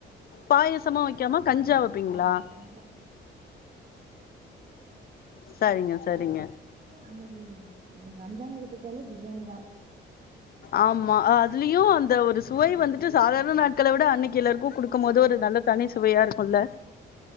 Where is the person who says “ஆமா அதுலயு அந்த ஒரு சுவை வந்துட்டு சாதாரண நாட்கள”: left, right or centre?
Left